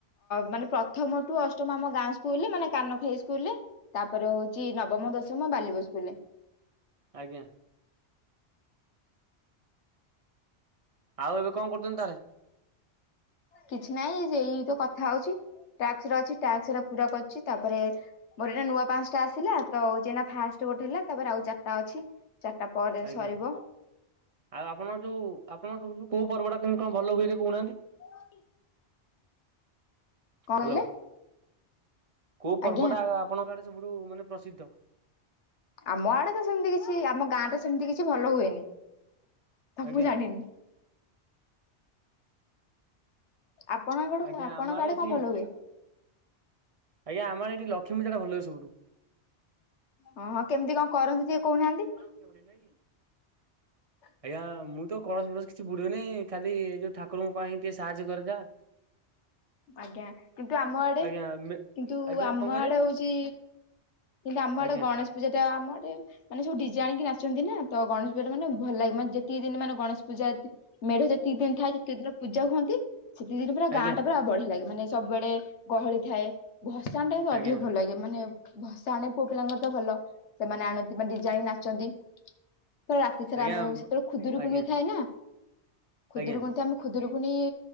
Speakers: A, on the left; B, on the right.
A: ମାନେ ପ୍ରଥମ ଟୁ ଅଷ୍ଟମ ଆମ ଗାଁ ସ୍କୁଲରେ ମାନେ କାନଖାଇ ସ୍କୁଲରେ ତାପରେ ହଉଛି ନବମ ଦଶମ ବାଲିବ ସ୍କୁଲରେ
B: ଆଜ୍ଞା। ଆଉ ଏବେ କଣ କରୁଛନ୍ତି ତାହାଲେ?
A: କିଛି ନାହିଁ ଏଇ କଥା ହଉଛି ଟାସ୍କରେ ଅଛି ଟାସ୍କ ପୁରା କରୁଛି। ତାପରେ ମୋର ଏଇଟା ନୂଆ ପାଞ୍ଚଟା ଆସିଲା ତ ଯେ ଫାଷ୍ଟ ଗୋଟେ ହେଲା ତାପରେ ଆଉ ଚାରିଟା ଅଛି ଚାରିଟା ପରେ
B: ଆଜ୍ଞା।
A: ସରିବ
B: ଆଉ ଆପଣ ଯୋଉ ଆପଣ ସବୁଠୁ କୋଉ ପର୍ବଟା କେମତି କଣ ଭଲ ହୁଏ କହୁନାହାନ୍ତି?
A: <inaudible> କଣ
B: ହ୍ୟାଲୋ।
A: କହିଲେ?
B: କୋଉ ପର୍ବଟା
A: ଆଜ୍ଞା
B: ଆପଣଙ୍କ ଆଡେ ସବୁଠୁ ମାନେ ପ୍ରସିଦ୍ଧ?
A: ଆମ ଆଡେ ତ ସେମତି କିଛି ଆମ ଗାଁତ ସେମିତି କିଛି ଭଲ ହୁଏନି, ତ
B: ଆଜ୍ଞା
A: ମୁ ଜାଣିନି। ଆପଣଙ୍କ
B: ଆଜ୍ଞା
A: ଆପଣଙ୍କ
B: ଆମ
A: ଆଡେ
B: ଏଠି
A: କଣ ଭଲ ହୁଏ?
B: ଆଜ୍ଞା ଆମର ଏଇଠି ଲକ୍ଷ୍ମୀ ପୂଜାଟା ଭଲ ହୁଏ ସବୁଠୁ।
A: ହଁ ହଁ କେମିତି କଣ କରନ୍ତି ଟିକେ କହୁନାହାନ୍ତି?
B: ସେପଟେ ନାହିଁକି।
A: <inaudible>
B: ଆଜ୍ଞା ମୁଁ ତ କଳସ ଫଳସ କିଛି ବୁଡ଼େନି ଖାଲି ଏଇ ଯୋଉ ଠାକୁରଙ୍କ ପାଇଁ ଟିକେ ସାହାଯ୍ୟ କରିବା।
A: ଆଜ୍ଞା କିନ୍ତୁ ଆମଆଡେ
B: ଆଜ୍ଞା ମେ
A: କିନ୍ତୁ
B: ଆଜ୍ଞା
A: ଆମଆଡେ
B: କଣ କହିଲେ
A: ହେଉଛି କିନ୍ତୁ ଆମଆଡେ
B: ଆଜ୍ଞା
A: ଗଣେଶ ପୂଜାଟା ଆମ ଆଡ଼େ ମାନେ ସବୁ ଡିଜେ ଆଣିକି ନାଚନ୍ତିନା ତ ଗଣେଶ ପୂଜା ମାନେ ଭଲ ଲାଗେ ମାନେ ଯେତିକ ଦିନ ମାନେ ଗଣେଶ ପୂଜା ମେଢ ଯେତିକି ଦିନ ଥାଏ ସେତିକି ଦିନ ପୂଜା ହୁଅନ୍ତି ସେତିଦିନ ପୁରା ଗାଁ
B: ଆଜ୍ଞା
A: ଟା ପୁରା ବଢିଆ ଲାଗେ ମାନେ ସବୁବେଳେ ଗହଳି ଥାଏ। ଭସାଣୀଟା ଭି ଅଧିକ
B: ଆଜ୍ଞା
A: ଭଲ ଲାଗେ ମାନେ ଭସାଣୀ ପୁଅ ପିଲାଙ୍କର ତ ଭଲ ସେମାନେ ଆଣନ୍ତି ମାନେ ଡିଜେ ଆଣି ନାଚନ୍ତି। ସେ ରାତି ସାରା
B: ଆଜ୍ଞା
A: ଆମେ ସେତେବେଳେ ଖୁଦୁରୁକୁଣୀ
B: ଆଜ୍ଞା
A: ବି ଥାଏ ନା। ଖୁଦୁରୁକୁୁଣିତ
B: ଆଜ୍ଞା
A: ଆମେ ଖୁଦୁରୁକୁଣି